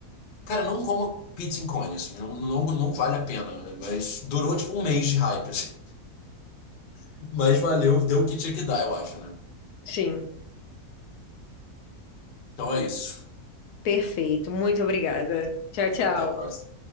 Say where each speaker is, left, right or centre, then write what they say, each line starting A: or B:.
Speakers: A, on the left; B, on the left.
A: Cara, não coma pizza em cone, assim, não, não, não vale a pena. né? Mas durou tipo um mês de hype, assim. <laughs> Mas valeu, deu o que tinha que dar, eu acho, né?
B: Sim,
A: Então é isso.
B: perfeito. Muito obrigada. Tchau, tchau.
A: Até a próxima.